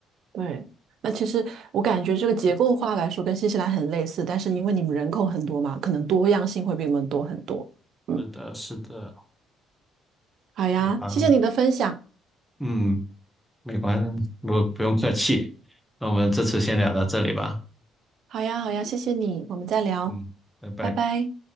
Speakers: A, on the right; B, in the centre.
A: 对。那其实我感觉这个结构化来说跟新西兰很类似，但是因为你们人口很多嘛，可能多样性会比我们多很多。嗯，
B: 是的，是的，
A: 好呀，
B: 好吧，
A: 谢谢你的分享。
B: 嗯，没关，不不用客气，那我们这次先聊到这里吧。
A: 好呀，好呀，谢谢你，我们再聊，
B: 嗯，拜拜。
A: 拜拜。